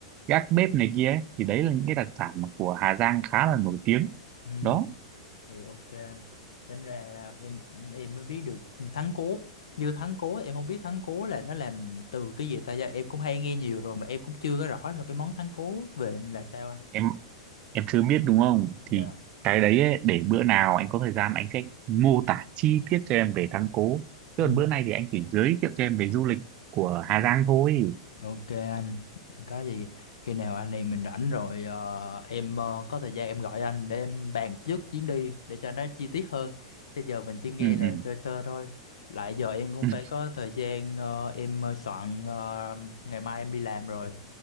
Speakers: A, on the right; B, on the left.
A: gác bếp này kia ấy. thì đấy là những cái đặc sản mà của Hà Giang khá là nổi tiếng
B: ừ
A: đó
B: thì ok anh tính ra em em mới biết được thắng cố như thắng cố em không biết thắng cố là nó làm từ cái gì ta giờ em cũng hay nghe nhiều rồi mà em cũng chưa có rõ rồi cái món thắng cố về là sao anh
A: em em chưa biết đúng không
B: dạ
A: thì cái đấy ấy, để bữa nào anh có thời gian anh sẽ mô tả chi tiết cho em về Thắng Cố chứ
B: ừ
A: còn bữa nay thì anh chỉ giới thiệu cho em về du lịch của Hà Giang thôi
B: Ok anh, có gì khi nào anh em mình rảnh rồi ờ, em ờ, có thời gian em gọi anh để em bàn trước chuyến đi để cho nó chi tiết hơn. Chứ giờ mình chỉ nghe
A: ừ
B: là
A: ừ,
B: sơ sơ thôi. Lại giờ em cũng
A: <laughs>
B: phải
A: ừ.
B: có thời gian ờ, em ờ, soạn ờ, ngày mai em đi làm rồi.